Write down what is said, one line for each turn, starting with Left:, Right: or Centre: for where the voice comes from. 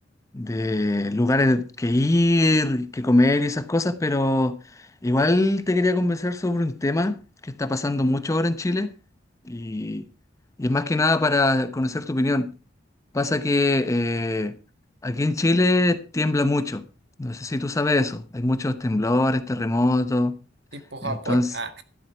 Left: de lugares que ir, que comer y esas cosas, pero igual te quería conversar sobre un tema que está pasando mucho ahora en Chile y, y es más que nada para conocer tu opinión. Pasa que eh, aquí en Chile tiembla mucho, no sé si tú sabes eso, hay muchos temblores, terremotos,
Right: tipo
Left: entonces...
Right: Japón. Ah.